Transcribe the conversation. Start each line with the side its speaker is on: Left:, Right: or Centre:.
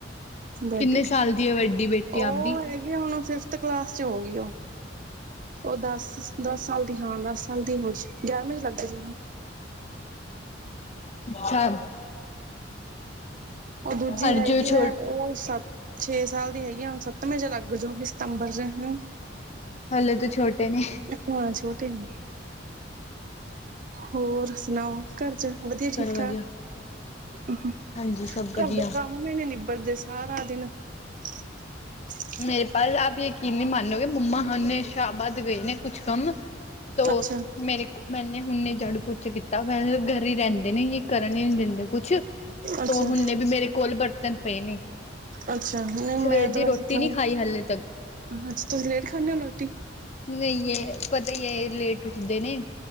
Right: ਬਰਥਡੇ,
Left: ਕਿੰਨੇ ਸਾਲ ਦੀ ਹੈ ਵੱਡੀ ਬੇਟੀ
Right: ਉਹ
Left: ਆਪਦੀ
Right: ਹੈਗੇ ਹੁਣ ਫਿਫਥ ਕਲਾਸ ਚ ਹੋ ਗਈ ਉਹ। ਉਹ ਦਸ-ਦਸ ਸਾਲ ਦੀ ਹਾਂ, ਦਸ ਸਾਲ ਦੀ ਹੋ ਜ ਗਿਆਰਵੇਂ ਚ ਲੱਗ ਜਾ।
Left: ਅੱਛਾ।
Right: ਉਹ ਦੂਜੀ
Left: ਅਰ
Right: ਹੈਗੀ
Left: ਜੋ ਛੋਟ
Right: ਆ ਉਹ ਸਤ ਛੇ ਸਾਲ ਦੀ ਹੈਗੀ ਆ, ਹੁਣ ਸੱਤਵੇਂ ਚ ਲੱਗ ਜਾਊ ਕਿ ਸਤੰਬਰ ਚ ਹ।
Left: ਹਲੇ ਤਾਂ ਛੋਟੇ ਨੇ।
Right: ਹਾਂ ਛੋਟੇ ਨੇ, ਹੋਰ ਸੁਣਾਓ? ਘਰ ਚ ਵਧੀਆ
Left: ਚਲੋ
Right: ਠੀਕ
Left: ਵਧੀਆ,
Right: ਠਾਕ, ਘਰ
Left: ਹਾਂਜੀ ਸਭ ਵਧੀਆ।
Right: ਦੇ ਕੰਮ <unintelligible> ਨਿਬੜਦੇ ਸਾਰਾ ਦਿਨ। ਅੱਛ
Left: ਮੇਰੇ ਪਲ ਆਪ ਯਕੀਨ ਨੀ ਮਾਣੋਗੇ, ਮੰਮਾ ਹਣੇ ਸ਼ਹਾਬਾਦ ਗਏ ਨੇ ਕੁਛ ਕੰਮ। ਤੋ
Right: ਅੱਛਾ
Left: ਮੇਰੇ ਮੈਨੇ ਹੁਣੇ ਜਾੜੂ ਪੁੋਛ ਕੀਤਾ, ਵੇਸੇ ਘਰ ਹੀ ਰਹਿੰਦੇ ਨੇ, ਕਰਨ ਹੀ ਨਹੀਂ ਦਿੰਦੇ ਕੁਛ।
Right: ਅੱਛਾ
Left: ਤੋ ਹੁਨੇ ਵੀ ਮੇਰੇ ਕੋਲ ਬਰਤਨ ਪਏ ਨੇ।
Right: ਅੱਛਾ, ਨੀ
Left: ਸਵੇਰ
Right: ਮੈਂ
Left: ਦੀ
Right: ਤੇ ਬਸ
Left: ਰੋਟੀ
Right: ਹਾਂ,
Left: ਨਹੀਂ ਖਾਈ ਹਾਲੇ ਤੱਕ
Right: ਅੱਛ ਤੁਸੀ ਲੇਟ ਖਾਂਦੇ ਹੋ ਰੋਟੀ?
Left: ਨਹੀਂ ਯੇ ਪਤਾ ਈ ਏ ਲੇਟ ਉੱਠਦੇ ਨੇ,